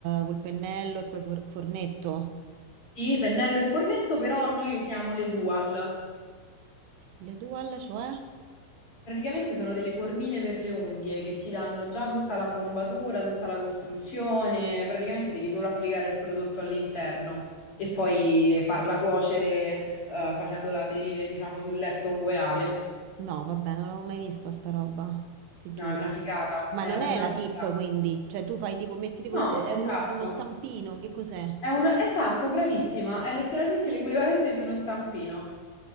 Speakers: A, on the right (about 80°); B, on the left (about 30°).
A: col pennello e poi for- fornetto?
B: Sì, pennello e fornetto, però noi usiamo le Dual.
A: Le dual, cioè?
B: Praticamente sono delle formine per le unghie che ti danno già tutta la bombatura, tutta la costruzione, praticamente devi solo applicare il prodotto all'interno e poi farla cuocere, eh, facendola aderire, diciamo, sul letto ungueale.
A: No, vabbè, non l'avevo mai vista sta roba, ti giuro.
B: No, è una figata,
A: Ma
B: è
A: non
B: una
A: è la
B: figata.
A: tip, quindi, cioè tu fai tipo, metti tipo,
B: No,
A: eh, è
B: esatto.
A: un- è uno stampino, che cos'è?
B: È un... Esatto, bravissima, è letteralmente l'equivalente di uno stampino.